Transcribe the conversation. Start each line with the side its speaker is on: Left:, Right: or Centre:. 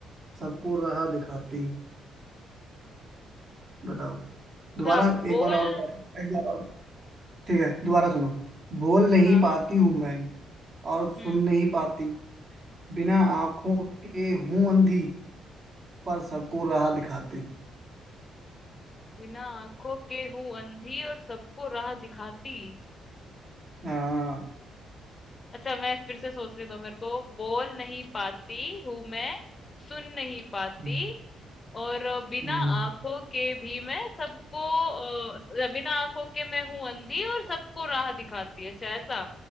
Right: सबको राह दिखाती बताओ दोबारा
Left: क्या बोल
Right: एक बार और एक बार और ठीक है दोबारा सुनो बोल नहीं
Left: हाँ
Right: पाती हूँ मैं और सुन
Left: हम्म
Right: नहीं पाती बिना आंखों के हूं अंधी पर सबको राह दिखाती
Left: बिना आंखों के हूँ अंधी और सबको राह दिखाती
Right: हाँ
Left: अच्छा मैं फिर से सोचने दो मेरे को बोल नहीं पाती हूँ मैं सुन नहीं पाती
Right: हम्म,
Left: और बिना
Right: हम्म,
Left: आंखों के भी मैं सबको अ, बिना आंखों के मैं हूँ अंधी और सबको राह दिखाती है अच्छा ऐसा